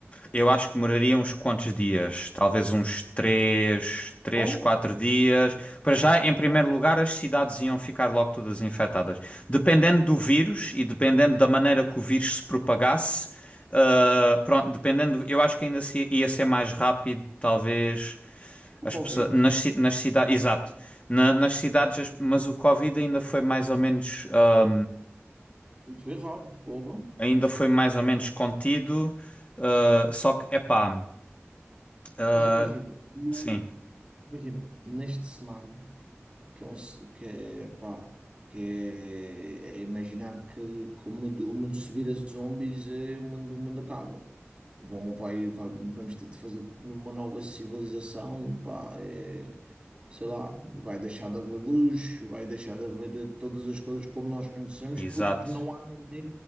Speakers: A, on the left; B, on the right.
A: eu acho que demoraria uns quantos dias? Talvez uns três, três,
B: Ou
A: 4 dias. Para já, em primeiro
B: não
A: lugar,
B: há
A: as cidades iam ficar logo todas infectadas. Dependendo do vírus e dependendo da maneira que o vírus se propagasse, ah, pronto, dependendo, eu acho que ainda se- ia ser mais rápido, talvez.
B: o
A: As
B: Covid?
A: pessoas, nas, ci- nas cidades, exato, Na- nas cidades, as- mas o Covid ainda foi mais ou menos. ah,
B: Muito errado, porra.
A: ainda foi mais ou menos contido, ah, só que, epá, ah,
B: Mas imagina, Não.
A: sim,
B: imagina, neste cenário, que é, um ce- que é, pá, que é, é imaginar que, que o mundo, o mundo se vira zombies, é, o mundo, o mundo acaba. Vão, vai, vai- vamos ter de fazer uma nova civilização, pá, é, sei lá, vai deixar de haver luz, vai deixar de haver todas as coisas como nós conhecemos,
A: exato,
B: porque não há ninguém